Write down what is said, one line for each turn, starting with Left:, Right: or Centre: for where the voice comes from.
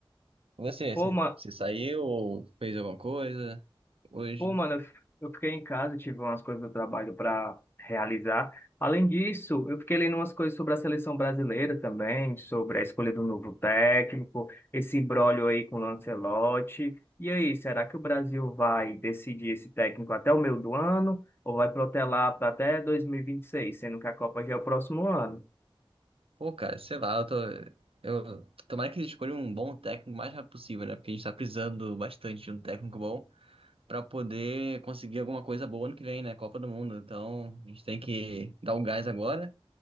Right: Você,
Left: Pô,
Right: você
Left: ma...
Right: você saiu ou fez alguma coisa hoje?
Left: Pô, mano, eu f- eu fiquei em casa, tive umas coisas do trabalho pra realizar. Além disso, eu fiquei lendo umas coisas sobre a seleção brasileira também, sobre a escolha do novo técnico, esse imbróglio aí com o Lancelotti. E aí, será que o Brasil vai decidir esse técnico até o meio do ano? Ou vai protelar para até 2026, sendo que a Copa já é o próximo ano?
Right: Pô, cara, sei lá, eu tô. Eu, tomara que eles escolham um bom técnico o mais rápido possível, né? Porque a gente tá precisando bastante de um técnico bom pra poder conseguir alguma coisa boa ano que vem, né? Copa do Mundo. Então, a gente tem que dar o gás agora.